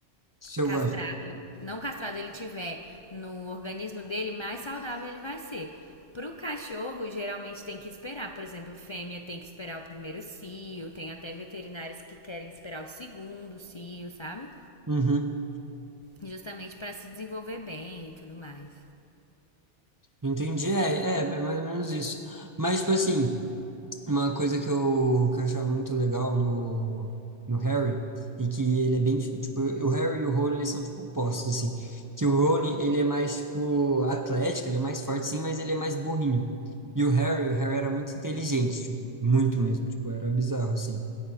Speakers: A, on the right (about 25°); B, on the left (about 35°).
A: Selvagem.
B: castrado, não castrado ele tiver no organismo dele, mais saudável ele vai ser. Pro cachorro, geralmente tem que esperar. Por exemplo, fêmea tem que esperar o primeiro cio, tem até veterinários que querem esperar o segundo cio, sabe?
A: Uhum.
B: Justamente para se desenvolver bem e tudo mais.
A: Entendi. É, é, é mais ou menos isso. Mas, tipo assim. Uma coisa que eu, que eu achava muito legal no, no Harry, e que ele é bem, tipo, o Harry e o Rony, eles são, tipo, opostos, assim, que o Rony, ele é mais, tipo, atlético, ele é mais forte, sim, mas ele é mais burrinho. E o Harry, o Harry era muito inteligente, tipo, muito mesmo, tipo, era bizarro, assim.